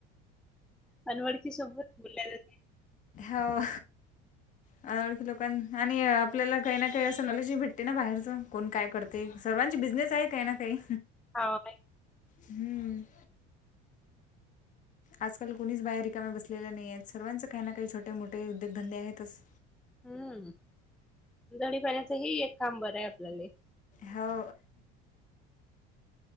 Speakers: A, in the centre; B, on the left.
A: अनओळकी सोबत बोलल्या जाते.
B: ह अनओळखी लोकां आणि आपल्याला काही ना काही असं नॉलेज ही भेटते ना बाहेरच कोण काय करते. सर्वांची बिझनेस आहे काही ना काही.
A: हा.
B: हम. आजकाल कोणीच बाया रिकाम्या बसलेल्या नाही आहेत सर्वांचे काही ना काही छोटे मोठे उद्योगधंदे आहेतच.
A: हम्म दडी पाण्याच ह एक काम बरं आहे आपल्याला.
B: हो.